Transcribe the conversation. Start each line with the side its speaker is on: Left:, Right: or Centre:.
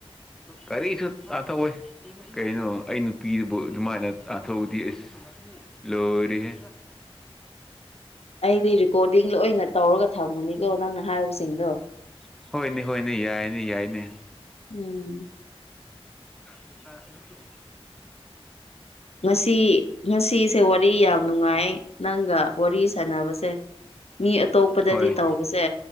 Centre: ꯀꯔꯤꯁꯨꯨ ꯑꯊꯣꯏ ꯀꯩꯅꯣ ꯑꯩ ꯅꯨꯄꯤꯗꯨꯕꯨ ꯑꯗꯨꯃꯥꯏꯅ ꯇꯥꯟꯊꯣꯛꯎꯗꯤ ꯑꯁ ꯂꯣꯏꯔꯦꯍꯦ
Left: <unintelligible> ꯑꯩꯗꯤ ꯔꯦꯀꯣꯔꯗꯤꯡ ꯂꯣꯏꯅ ꯇꯧꯔꯒ ꯊꯝꯒꯅꯤꯀꯣ ꯅꯪꯅ ꯍꯥꯏꯕꯁꯤꯡꯗꯣ
Centre: ꯎ ꯍꯣꯏꯅꯦ ꯍꯣꯏꯅꯦ ꯌꯥꯏꯅꯤ ꯌꯥꯏꯅꯤ
Left: ꯎꯝ
Centre: ꯎꯝ ꯇ ꯈ ꯇ
Left: ꯉꯁꯤ ꯉꯁꯤꯁꯦ ꯋꯥꯔꯤ ꯌꯥꯝ ꯅꯨꯡꯉꯥꯏ ꯅꯪꯒ ꯋꯥꯔꯤ ꯁꯥꯟꯅꯕꯁꯦ ꯃꯤ ꯑꯇꯣꯞꯄꯗꯗꯤ
Centre: ꯍꯣꯏ
Left: ꯇꯧꯕꯁꯦ